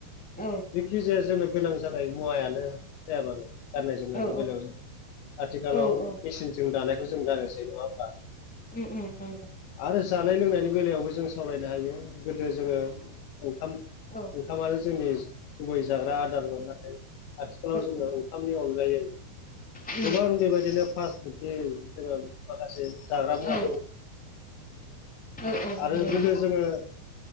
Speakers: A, in the centre; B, on the left.
A: औ
B: जेखिजाया जोंनो गोनां जानाय मुवायानो जाया मानो गाननाय जोमनायनि
A: औ
B: बेलायाव जों आथिखालाव
A: औ औ
B: मिचिनजों दानायखौ जों गानोसै नङा होमबा?
A: उम उम उम उम
B: आरो जानाय लोंनायनि बेलायावबो जों सावरायनो हायो गोदो जोङो। ओंखाम
A: औ
B: ओंखामानो जोंनि गुबै जाग्रा आदारमोन नाथाय आथिखालाव
A: उम
B: जोङो
A: औ
B: ओंखामनि अनगायै
A: औ
B: गोबां बेबायदिनो <unintelligible> जोङो माखासे जाग्रा मुवा
A: औ नंगौ नंगौ औ नंगौ
B: आरो
A: औ
B: गोदो
A: उम औ
B: जोङो